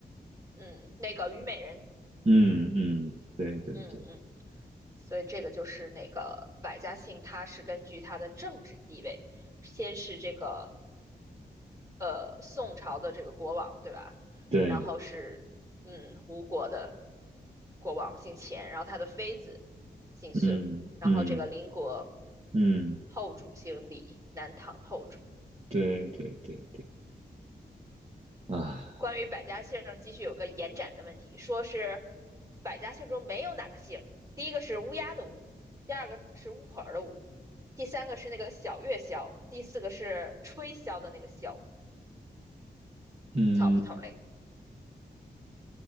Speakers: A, on the right (about 20°); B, on the right (about 35°).
A: 嗯，那个虞美人，
B: 嗯嗯，对对对
A: 嗯嗯，所以这个就是那个百家姓，它是根据它的政治地位，先是这个呃宋朝的这个国王，对吧？
B: 对，
A: 然后是嗯吴国的国王姓钱，然后他的妃子姓孙，
B: 嗯嗯
A: 然后这个邻国
B: 嗯，
A: 后主姓李，南唐后主。
B: 对对对对，啊，
A: 关于百家姓儿继续有个延展的问题，说是百家姓中没有哪个姓儿第一个是乌鸦的乌，第二个是巫婆儿的巫，第三个是那个小月箫，第四个是吹箫的那个箫，
B: 嗯，
A: 草字头儿那个。